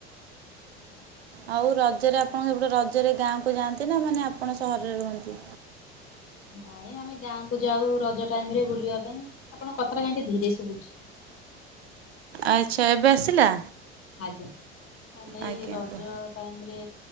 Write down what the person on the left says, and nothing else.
ନାଇଁ ଆମେ ଗାଁକୁ ଯାଉ ରଜ ଟାଇମ ରେ ବୁଲିବା ପାଇଁ ଆପଣଙ୍କ କଥାଟା କହି ଧୀରେ ଶୁଭୁଛି।
ଆଜ୍ଞା ଆ ଏଇ
ରଜ
ତାପରେ